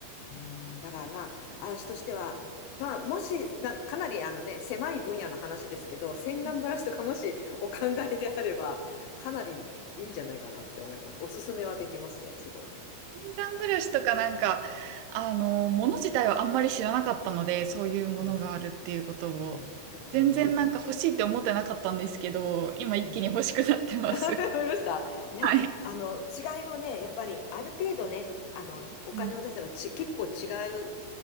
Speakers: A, on the left (about 75°); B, on the right (about 85°).
A: うん、だからまあ、私としては、まあ、もし、な、かなりあのね、狭い分野の話ですけど、洗顔ブラシとかもしお考えであれば、
B: うん
A: かなりいいんじゃないかなって思います。おすすめはできますね、すごい。
B: 洗顔ブラシとかなんか、あの、もの自体はあんまり知らなかったので、そういうものがあるっていうことを、
A: うん。うん、うん、
B: 全然なんか欲しいって思ってなかったんですけど、
A: うん、うん、
B: 今一気に欲しくなってます。
A: うん。うん <laughs> 思いました。いや、
B: はい。
A: あの、違いをね、やっぱり、ある程度ね、あの、お金を出せばち、
B: うん
A: 結構違う、